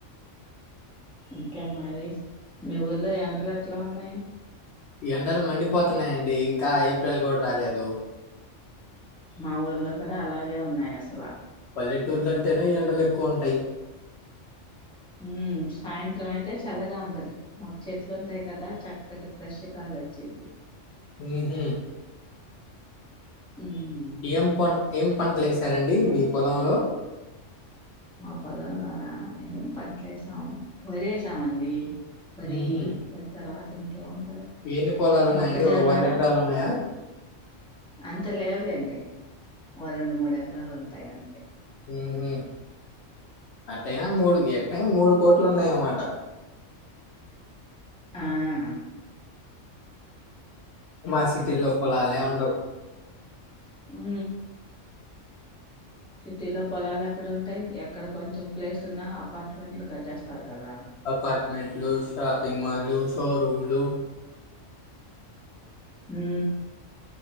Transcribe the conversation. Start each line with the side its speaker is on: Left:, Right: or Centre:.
Centre: ఇంకేం మరీ!? మీ ఊర్లో ఎండలు ఎట్లా ఉన్నాయి.?
Left: ఈ ఎండలు మండిపోతున్నాయండి ఇంకా ఏప్రిల్ గూడ్ రాలేదు. !
Centre: మా ఊర్లో కూడా అలాగే ఉన్నాయి అసల.
Left: పల్లెటూర్లంటేనే ఎండలెక్కువుంటాయ్.
Centre: హ్మ్ సాయంత్రం అయితే చల్లగా ఉంటది. మాకు చెట్లు ఉంటాయి కదా చక్కటి ఫ్రెష్ గాలి ఒచ్చుద్ది.
Left: ఊహూ.
Centre: ఉమ్
Left: ఏం పన్.. ఏం పంట్లేసారండీ మీ పొలంలో?
Centre: మా పొలంలోనా... ఏం పంట్లెసం! వరేసామండి. వరీ
Left: హుహు.
Centre: వరి తర్వా.. తింకా ఉన్..
Left: ఎన్ని పొలాలున్నాయండి?
Centre: మొక్కజొన్న.
Left: ఓ ఎకరాలున్నాయా?
Centre: అంత లేవులేండి ఓ రెండు, మూడు ఎకరాలు ఉంటాయి అంతే.
Left: హుహు. అట్టయినా మూడు ఎట్టాన్ మూడు కోట్లు ఉన్నాయమాట. !
Centre: ఆఅ.
Left: మా సిటీలో పొలాలే ఉండవు.
Centre: ఊ... సిటీలో పొలాలెక్కడుంటాయి, ఎక్కడ కొంచెం ప్లేస్ ఉన్నా అపార్ట్మెంట్లు కట్టేస్తారు. కదా
Left: అపార్ట్మెంట్లు, షాపింగ్ మాల్లు, షోరూమ్ల్. లూ.
Centre: ఊ..